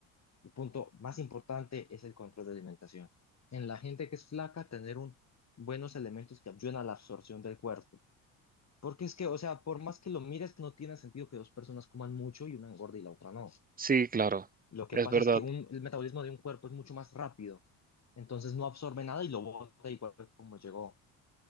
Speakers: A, on the left; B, on the right.
A: El punto más importante es el control de alimentación. En la gente que es flaca, tener un, buenos elementos que ayuden a la absorción del cuerpo. Porque es que, o sea, por más que lo mires, no tiene sentido que dos personas coman mucho y una engorde y la otra no.
B: Sí, claro,
A: Lo que
B: es
A: pasa
B: verdad.
A: es que un, el metabolismo de un cuerpo es mucho más rápido, entonces no absorbe nada y lo bota igual como llegó.